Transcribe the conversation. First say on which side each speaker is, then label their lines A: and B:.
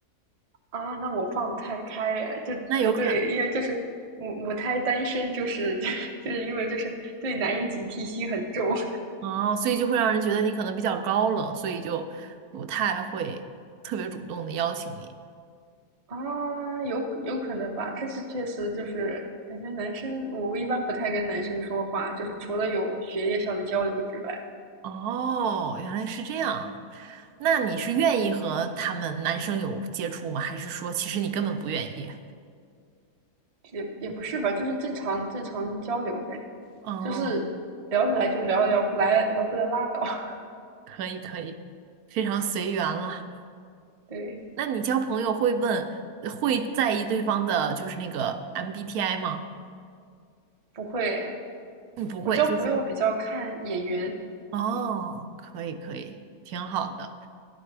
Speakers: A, on the right; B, on the right.
A: 啊，那我放不太开耶。就我对，
B: 那有可能
A: 因为就是母母胎单身，就是 <laughs> 就是因为就是对男人警惕心很重。
B: 啊，所以就会让人觉得你可能比较高冷，所以就不太会特别主动的邀请你。
A: 啊，有有可能吧，但是确实就是感觉男生，我一般不太跟男生说话，就是除了有学业上的交流之外，
B: 哦，原来是这样。那你是愿意和他们男生有接触吗？还是说其实你根本不愿意？
A: 也也不是吧，就是正常正常交流呗，
B: 哦，
A: 就是聊得来就聊，聊不来聊不来拉倒。<laughs>
B: 可以可以，非常随缘了。
A: 对，
B: 那你交朋友会问，会在意对方的就是那个 MBTI 吗？
A: 不会，
B: 嗯，不会，
A: 我交朋友比较看眼缘。
B: 就是哦，可以可以，挺好的。